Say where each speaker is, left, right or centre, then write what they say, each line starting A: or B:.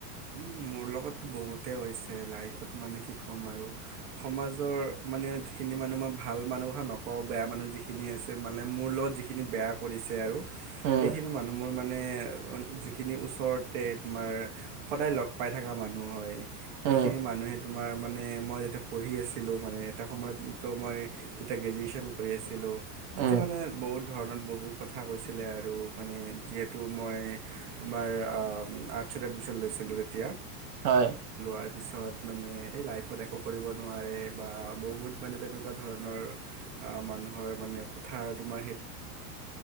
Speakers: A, on the right; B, on the right.
A: উম, মোৰ লগততো বহুতেই হৈছে লাইফত মানে কি ক'ম আৰু সমাজৰ মানে যিখিনি মানুহ মই ভাল মানুহ অহা নক আকৌ বেয়া মানুহ যিখিনি আছে মানে মোৰ লগত যিখিনি বেয়া কৰিছে আৰু
B: উম
A: সেইখিনি মানুহ মোৰ মানে যিখিনি ওচৰতে তোমাৰ সদায় লগ পাই থকা মানুহ হয়। সেইখিনি
B: উম
A: মানুহে তোমাৰ মানে মই যেতিয়া পঢ়ি আছিলোঁ, মানে এটা সময়তটো মই যেতিয়া গ্ৰেজুৱেশ্যন কৰি আছিলোঁ তেতিয়া
B: উম
A: মানে, বহুত ধৰণত বহু কথা কৈছিলে। আৰু মানে, যিহেতু মই তোমাৰ আৰ্টছত এডমিশন লৈছিলোঁ তিয়া
B: হয
A: তাৰপিছত মানে এই লাইফত একো কৰিব নোৱাৰে বা বহুত মানে তেনেকুৱা ধৰণৰ মানুহৰ মানে কথাৰ তোমাৰ হেৰি